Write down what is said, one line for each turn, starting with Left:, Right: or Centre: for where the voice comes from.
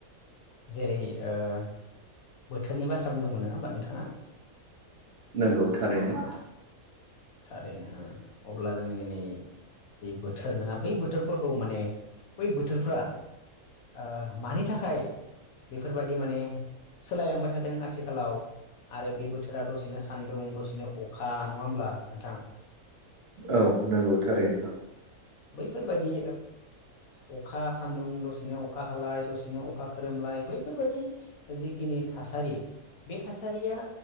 Left: जेरै ओ बोथोरनि बाथ्रा बुंदोंमोन नङा होमबा नोंथाङा
Right: नोंगौ थारैनो
Left: थारैनो अब्ला जोङो दिनै जे बोथोर नोङा बै बोथोरफोरखौ माने बै बोथोरफ्रा ओ मानि थाखाय बेफोरबादि माने सोलायलांबाय थादों आथिखालाव आरो बे बोथोरा दसेनो सान्दुं दसेनो अ खा नङा होमब्ला नोंथां
Right: औ नोंगौ थारैनो
Left: बैफोरबादि ओ अखा सान्दुं दसेनो अखा हालाय दसेनो अखा खोरोमलाय बैफोरबायदि जिखिनि थासारि बे थासारिया